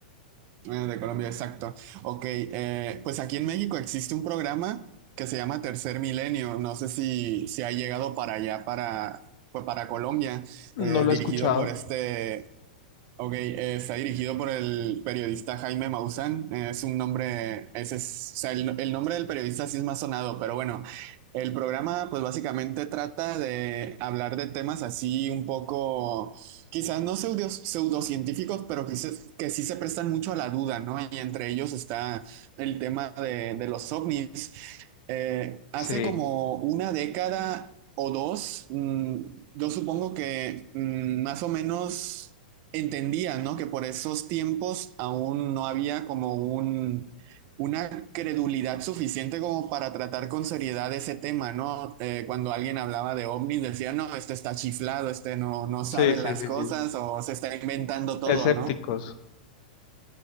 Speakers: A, on the right; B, on the left.
A: Ah, de Colombia, exacto. Ok, eh, pues aquí en México existe un programa que se llama Tercer Milenio. No sé si, si ha llegado para allá, para, pues para Colombia, eh,
B: No lo
A: dirigido
B: he escuchado.
A: por este Ok, eh, está dirigido por el periodista Jaime Maussan. Eh, es un nombre, ese es, o sea, el, el nombre del periodista sí es más sonado, pero bueno, el programa pues básicamente trata de hablar de temas así un poco, quizás no pseudo, pseudocientíficos, pero que, se- que sí se prestan mucho a la duda, ¿no? Y entre ellos está el tema de, de los ovnis. Eh, hace
B: Sí,
A: como una década o dos, mm, yo supongo que mm, más o menos entendía, ¿no? Que por esos tiempos aún no había como un, una credulidad suficiente como para tratar con seriedad ese tema, ¿no? Eh, cuando alguien hablaba de ovnis, decía, no, este está chiflado, este no, no sabe
B: sí, sí,
A: las
B: sí,
A: cosas
B: sí.
A: o se está inventando todo,
B: Escépticos.
A: ¿no?